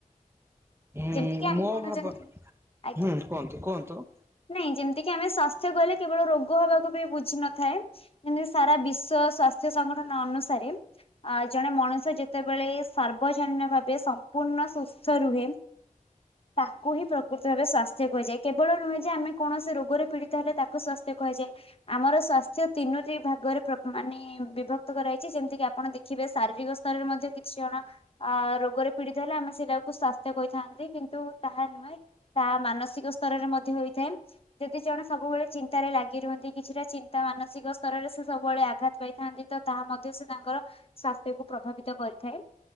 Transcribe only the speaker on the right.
ଉଁ
ମୋ
ଭାବ
ହୁଁ
କୁହନ୍ତୁ କୁହନ୍ତୁ।